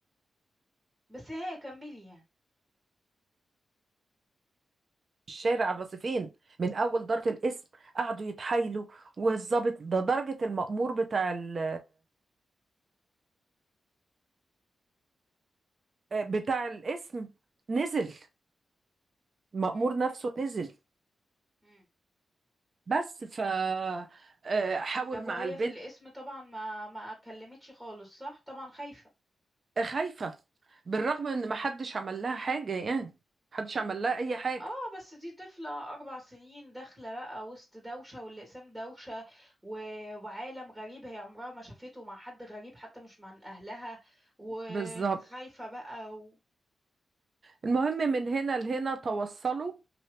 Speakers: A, on the right; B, on the right.
A: بس هي كملي يعني
B: الشارع الرصيفين من اول ضربه الاسم قعدوا يتحايلوا والظابط ده درجه المأمور بتاع ال آه، بتاع الاسم نزل المأمور
A: امم
B: نفسه نزل
A: امم
B: بس ف آه، حاول
A: طب وهي
B: مع البنت
A: في الاسم طبعا ما ما كلمتش خالص صح طبعا خايفه
B: خايفه بالرغم ان ما حدش عمل لها حاجه يعني محدش عمل
A: مم.
B: لها اي حاجه
A: اه بس دي طفلة أربع سنين داخلة بقى وسط دوشة والأقسام دوشة و... وعالم غريب هي عمرها ما شافته مع حد غريب حتى مش مع أهلها وخايفة
B: بالظبط
A: بقى و...
B: المهم من هنا لهنا توصلوا